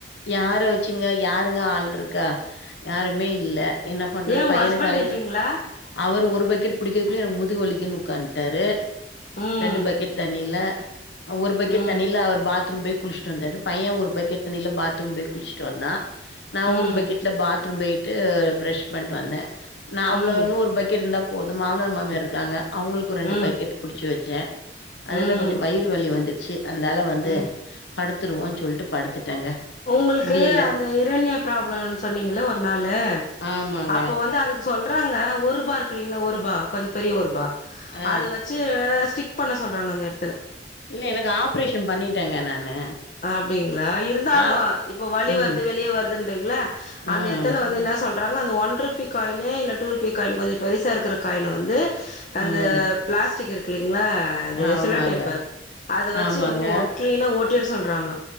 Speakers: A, on the left; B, on the left.
A: யார வச்சுங்க யாருங்க ஆள் இருக்கா யாருமே இல்ல என்ன பண்றது
B: ஏன் உங்க
A: பையனுகு
B: ஹஸ்பண்ட்
A: அலைய
B: இல்லைங்களா
A: அவரு ஒரு பக்கெட் பிடிக்கதுகுள்ள எனக்கு முதுகு வலிக்கிதுன்னு உக்காந்துட்டாரு
B: ம்
A: ரெண்டு பக்கெட் தண்ணில ஒரு பக்கெட்
B: ம்
A: தண்ணியில அவர் பாத் பாத்ரூம் போய் குளிசுட்டு வந்தாரு பையன் ஒரு பக்கெட் தண்ணீர்ல பாத்ரூம் போய் குளிச்சுட்டு வந்தான் நான்
B: ம்
A: ஒரு பக்கெட்ல பாத் பாத்ரூம் போயிட்டு பிரஷ் பண்ட்டு வந்தே நான்
B: ம்
A: அவ்வளன்னு ஒரு பக்கெட் இருந்தா போது மாமனார் மாமியார் இருக்காங்க அவங்களுக்கு ரெண்டு
B: ம்
A: பக்கெட் புடிச்சு வச்சே
B: ம்
A: அதுல
B: ம்
A: கொஞ்ச வயிறு வலி வந்துடுச்சு அந்தால வந்து
B: ம்
A: படுத்துடுவோன்னு சொல்ட்டு படுத்துட்டேங்க
B: ஒங்களுக்கு
A: முடியல
B: அந்த யுரானிய பராப்ளம்ன் சொன்னீங்கள்வ ஒரு நாளு
A: ஆமாங்க
B: அப்போ வந்து அது சொல்றாங்க ஒரு ருபா இருக்குலைங்களா ஒரு ருபா கொஞ்ச பெரிய ஒரு ருபா
A: ஆ
B: அது வச்சு ஸ்டிக் பண்ண சொல்றாங்க அந்த எடத்துல
A: இல்ல எனக்கு ஆப்ரேஷன் பண்ணிட்டேங்க நானு
B: அப்டிங்களா இருந்தாலு
A: ஆப்
B: இப்ப வழி
A: ம்
B: வருது வெளியே வருதுன்றீங்களே அந்த
A: ம்
B: ஏடத்துல வந்து என்ன ச் சொல்றாங்க அந்த ஒன் ருபி காயின்னு இல்ல டூ ருபி காயின் கொஞ்ச பெருசா இருக்குற காயின வந்து அந்த
A: ம்
B: பிளாஸ்டிக் இரு க்குலிங்க்ளா அது
A: ஆமாங்க
B: செல்லோ டேப்பு அத வச்சு
A: ஆமாங்க
B: வந்து ஒ கிளீனா ஓட்டிட சொல்றாங்க